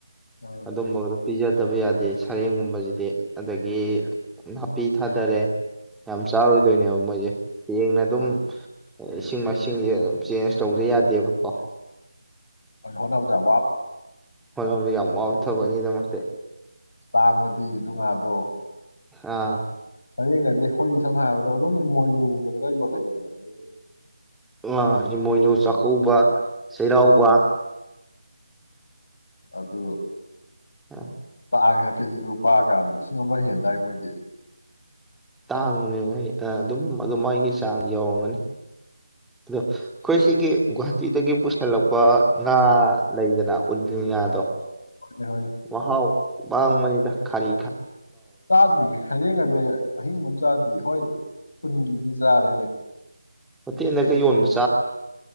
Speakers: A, on the left; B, in the centre.
A: ꯑ
B: ꯑꯗꯨꯝꯕꯒꯗꯨ ꯄꯤꯖꯗꯕ ꯌꯥ ꯗꯦ ꯁꯔꯦꯡꯒꯨꯝꯕꯁꯤꯗꯤ ꯑꯗꯒꯤ ꯅꯥꯄꯤ ꯊꯥꯗꯔꯦ ꯌꯥꯝ ꯆꯥꯔꯣꯏꯗꯣꯏꯅꯦꯕ ꯃꯣꯏꯁꯦ ꯑꯗꯨꯝ
A: ꯃꯥꯅꯦ
B: ꯁꯤꯁꯤꯡꯃꯁꯤꯡ ꯁꯤꯡꯁꯦ ꯆꯦꯟꯖ ꯇꯧꯗ ꯌꯥꯗꯦꯕꯀꯣ
A: ꯍꯅꯗ ꯋꯥ
B: ꯍꯣꯠꯅꯕ ꯌꯥꯝ ꯋꯥꯎꯊꯕꯅꯤꯗꯃꯛꯁꯦ
A: ꯑꯁ ꯇꯥꯡꯕꯗꯤ ꯗꯨ ꯉꯥꯗꯣ <inaudible>
B: ꯑꯥ
A: ꯁꯩꯔꯦꯡ ꯑꯁꯦ ꯑꯩꯈꯣꯏꯒꯤ ꯁꯝꯅ ꯍꯥꯏꯔꯕꯗ ꯑꯗꯨꯝ ꯏꯃꯣꯏꯅꯨꯒꯨꯝꯕꯗꯒ ꯌꯣꯜꯂꯛꯏꯗꯅ ꯁꯔꯦꯡꯁꯦ
B: ꯑ ꯏ ꯃꯣꯏ ꯆ ꯀꯧꯕ ꯆꯩꯔꯥꯎꯕ
A: ꯑꯗꯨ
B: ꯑꯥ
A: ꯂꯒ ꯀꯦꯖꯤ ꯂꯨꯄꯥꯒ ꯂꯤꯁꯤꯡ ꯑꯃ ꯍꯦꯟꯗꯥꯏ ꯃꯣꯏꯗꯤ
B: ꯇꯥꯡꯕꯅꯦ ꯃꯣꯏ ꯑꯗꯨꯝ ꯑꯗꯨ ꯃꯒꯤ ꯆꯥꯡ ꯌꯧꯔꯝꯒꯅꯤ ꯑꯗꯣ ꯑꯩꯈꯣꯏ ꯁꯤꯒꯤ ꯒꯨꯍꯥꯇꯤꯗꯒꯤ ꯍꯦꯜꯂꯛꯄ ꯉꯥ ꯂꯩꯗꯅ ꯌꯥꯗꯣ
A: ꯍꯣꯏꯅꯦ ꯍꯣꯏꯅꯦ
B: ꯋꯥ ꯍꯥꯎ ꯃꯅꯤꯗ ꯈꯜꯂꯤ
A: ꯆꯥꯗ꯭ꯔꯤ ꯍꯌꯦꯡ ꯑꯗꯤ ꯑꯍꯤꯡꯕꯝ ꯆꯥꯗ꯭ꯔꯤ ꯍꯣꯏ ꯀꯨꯟꯒꯤ ꯗꯤꯖꯥꯔꯦꯅꯦ
B: ꯍꯣꯇꯦꯜꯗꯒ ꯌꯣꯟꯕꯁꯤ